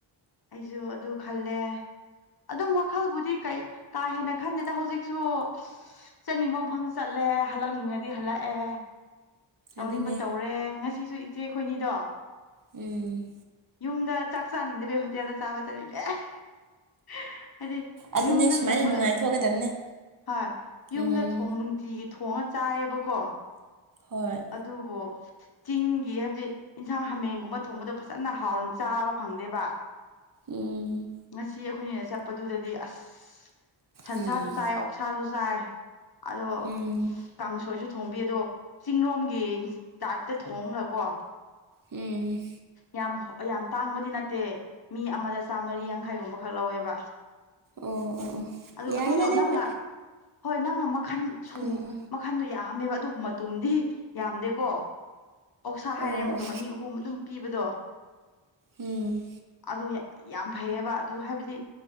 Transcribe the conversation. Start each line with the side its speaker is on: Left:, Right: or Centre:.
Left: ꯑꯩꯖꯨ ꯑꯗꯨ ꯈꯜꯂꯦ ꯑꯗꯨꯝ ꯋꯥꯈꯜꯕꯨꯗꯤ ꯀꯩ ꯀꯥꯍꯦꯟꯅ ꯈꯟꯗꯦꯗ ꯍꯧꯖꯤꯛꯁꯨ ꯆꯠꯅꯤꯡꯕ ꯃꯐꯝꯗ ꯆꯠꯂꯦ ꯍꯜꯂꯛꯅꯤꯡꯉꯗꯤ ꯍꯜꯂꯛꯑꯦ ꯇꯧꯅꯤꯡꯕ
Right: ꯑꯗꯨꯅꯦ
Left: ꯇꯧꯔꯦ ꯉꯁꯤꯁꯨ ꯏꯆꯦ ꯑꯈꯣꯏꯅꯤꯗꯣ
Right: ꯎꯝ
Left: ꯌꯨꯝꯗ ꯆꯥꯛ ꯆꯥꯅꯤꯡꯗꯕꯩ ꯍꯣꯇꯦꯜꯗ ꯆꯥꯕ ꯆꯠꯂꯤꯅꯦ ꯍꯥꯏꯗꯤ
Right: ꯑꯗꯨꯅꯦ
Left: ꯌꯨꯝꯗ
Right: ꯁꯨꯃꯥꯏꯅ
Left: ꯊꯣꯡꯕꯗꯣ
Right: ꯅꯨꯡꯉꯥꯏꯊꯣꯛꯀꯗꯕꯅꯦ
Left: ꯍꯣꯏ ꯌꯨꯝꯗ
Right: ꯎꯝ
Left: ꯊꯣꯡ ꯅꯨꯡ ꯇꯤꯒꯤ ꯊꯣꯡꯉ ꯆꯥꯏꯌꯦꯕꯀꯣ
Right: ꯍꯣꯏ
Left: ꯑꯗꯨꯕꯨ ꯆꯤꯡꯒꯤ ꯍꯥꯏꯕꯗꯤ ꯏꯟꯁꯥꯡ ꯍꯥꯃꯦꯡꯒꯨꯝꯕ ꯊꯣꯡꯕꯗꯣ ꯐꯖꯅ ꯍꯥꯎꯅ ꯆꯥꯕ ꯐꯪꯗꯦꯕ
Right: ꯎꯝ
Left: ꯉꯁꯤ ꯑꯈꯣꯏꯅꯤꯅ ꯆꯠꯄꯗꯨꯗꯗꯤ ꯑꯁ ꯁꯟꯁꯥꯁꯨ
Right: ꯎꯝ
Left: ꯆꯥꯏ ꯑꯣꯛ ꯁꯥꯖꯨ ꯆꯥꯏ ꯑꯗꯣ
Right: ꯎꯝ
Left: ꯀꯥꯡꯁꯣꯏꯁꯨ ꯊꯣꯡꯕꯤ ꯑꯗꯣ ꯆꯤꯡꯔꯣꯝꯒꯤ ꯇꯥꯏꯞꯇ ꯊꯣꯡꯔꯒ ꯀꯣ
Right: ꯎꯝ
Left: ꯌꯥꯝ ꯍꯣ ꯌꯥꯝ ꯇꯥꯡꯕꯗꯤ ꯅꯠꯇꯦ ꯃꯤ ꯑꯃꯗ ꯆꯥꯃꯔꯤ ꯌꯥꯡꯈꯩꯒꯨꯝꯕ ꯈꯛ ꯂꯧꯋꯦꯕ
Right: ꯑꯣ ꯑꯣ ꯑꯣ
Left: ꯑꯗꯨ
Right: ꯌꯥꯏꯗ
Left: ꯑꯗꯨꯖꯨ
Right: ꯑꯗꯨꯕꯨ
Left: ꯅꯪꯅ ꯍꯣꯏ ꯅꯪꯅ ꯃꯈꯜ ꯁꯨ
Right: ꯎꯝ
Left: ꯈꯟꯗꯣ ꯌꯥꯝꯃꯦꯕ ꯑꯗꯨꯕꯨ ꯃꯇꯨꯝꯗꯤ ꯌꯥꯝꯗꯦꯀꯣ ꯑꯣꯛꯁꯥ ꯍꯥꯏꯔꯦ
Right: ꯑꯣ
Left: ꯃꯇꯨꯝ ꯑꯅꯤ ꯑꯍꯨꯝ ꯑꯗꯨꯝ ꯄꯤꯕꯗꯣ
Right: ꯎꯝ
Left: ꯑꯗꯨ ꯌꯥ ꯌꯥꯝ ꯐꯩꯌꯦꯕ ꯑꯗꯨ ꯍꯥꯏꯕꯗꯤ